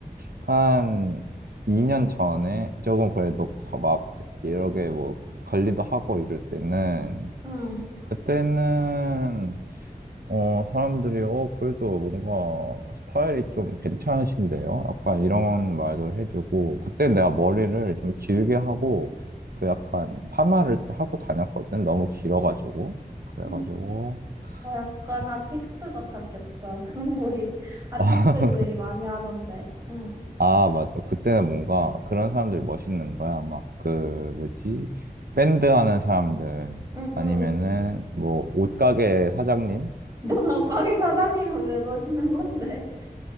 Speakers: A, on the right; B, on the right.
A: 한 2년 전에 조금 그래도 거- 막, 이렇게 뭐, 관리도 하고 이럴 때는,
B: 응.
A: 그때는 어, 사람들이, 어, 그래도 뭔가 스타일이 좀 괜찮으신데요? 약간 이런 말도 해주고, 그때 내가 머리를 좀 길게 하고, 그 약간 파마를 하고 다녔거든? 너무 길어가지고. 그래가지고,
B: 음, 어, 약간
A: 그,
B: 아티스트 같았겠다. <laughs> 그런 머리 아티스트들이
A: <laughs> 아,
B: 많이 하던데. 응,
A: 아, 맞아. 그때는 뭔가 그런 사람들이 멋있는 거야. 막 그, 뭐지? 밴드 하는 사람들.
B: 응, 응.
A: 아니면은, 뭐, 옷가게 사장님?
B: <laughs> 거기 사장님은 왜 보시는 건데?